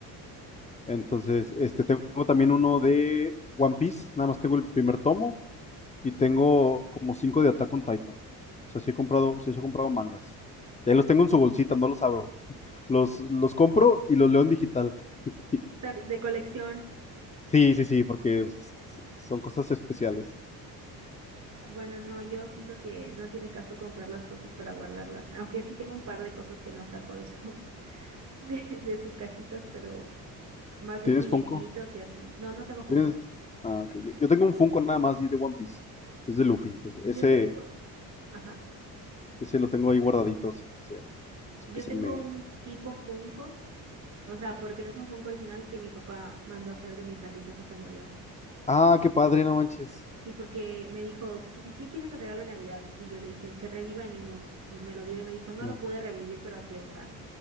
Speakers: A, on the left; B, on the right.
A: Entonces, este, tengo también uno de One Piece, nada más tengo el primer tomo y tengo como cinco de Attack on Titan. O sea, sí he comprado, sí he comprado mangas. Ya los tengo en su bolsita, no los abro. Los, los compro y los leo en digital. <laughs>
B: sea, de colección.
A: Sí, sí, sí, porque s- s- son cosas especiales.
B: Ah, Bueno, no, yo siento que no tiene caso comprar las cosas para guardarlas. Aunque sí tengo un par de cosas que no saco de su, <laughs> de, de sus cajitas, pero más bien
A: ¿Tienes
B: muñequitos
A: Funko?
B: y así. No, no tengo Funko.
A: ¿Tienes? Ah, ok. Yo yo tengo un Funko nada más y de One Piece. Es de Luffy, entonces
B: Yo
A: ese,
B: tengo, ajá,
A: ese lo tengo ahí guardadito, sin que se, sin
B: yo
A: que se
B: tengo
A: me...
B: un tipo Funko, o sea, porque no es un Funko original que mi papá mandó a hacer de mi perrito que se murió.
A: Ah, qué padre, no manches.
B: Sí, porque me dijo, "¿Qué- ¿y qué quieres de regalo de Navidad? Y yo le dije, que reviva Nimbus. Y me lo dio y me dijo, no
A: No.
B: lo pude revivir, pero aquí está.